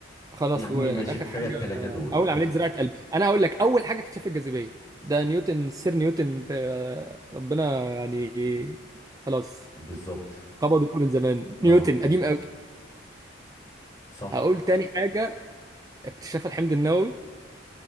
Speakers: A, on the right (about 20°); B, on the left (about 20°).
A: خلاص
B: يا عم
A: واخر
B: ماشي كفايه
A: حاجة
B: الثلاثه دول
A: اول
B: كيف
A: عملية زراعة قلب انا هقول لك اول حاجة اكتشاف الجاذبية ده نيوتن سير نيوتن آه، ربنا يعني خلاص
B: بالظبط
A: قبض روحه من زمان
B: اه
A: نيوتن قديم قوي
B: صح
A: هقول تاني حاجة اكتشاف الحمض النووي